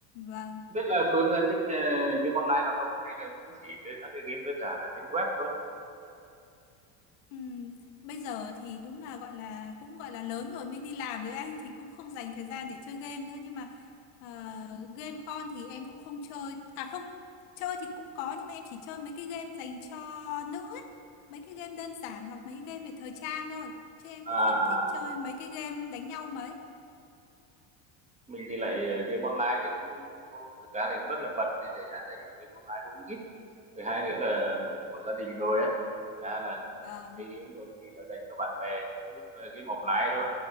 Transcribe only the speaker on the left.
vâng
Ừm, bây giờ thì đúng là gọi là cũng gọi là lớn rồi mới đi làm rồi anh thì cũng không dành thời gian để chơi game nữa nhưng mà ờ, game on thì em cũng không chơi à không chơi thì cũng có nhưng mà em chỉ chơi mấy cái game dành cho nữ ấy. Mấy cái game đơn giản hoặc mấy game về thời trang thôi chứ em
cũng không
thích chơi mấy cái game đánh nhau mấy
vâng